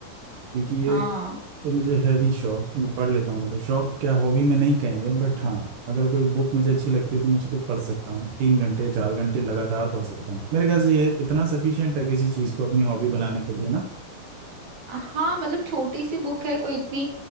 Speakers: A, on the right (about 65°); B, on the right (about 40°).
A: क्योंकि ये
B: हाँ
A: तो मुझे है भी शौक मैं पढ़ लेता हूँ मतलब शौक क्या हॉबी में नहीं कहेंगे बट हाँ अगर कोई बुक मुझे अच्छी लगती है तो मैं उसको पढ़ सकता हूँ तीन घंटे चार घंटे लगातार पढ़ सकता हूँ मेरे ख्याल से ये इतना सफिशियंट है किसी चीज़ को अपनी हॉबी बनाने के लिए ना
B: हाँ मतलब छोटी सी बुक है कोई इतनी